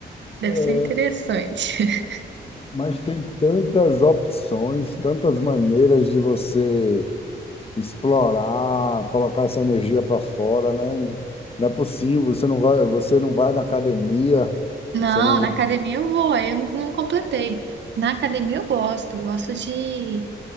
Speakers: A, on the right; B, on the left.
A: Deve
B: é,
A: ser interessante.
B: mas tem tantas opções, tantas maneiras de você explorar, colocar essa energia para fora, né? Não é possível, você não vai, você não vai na academia,
A: Não,
B: você não go-
A: na academia eu vou, aí eu não, não completei. Na academia eu gosto, eu gosto de,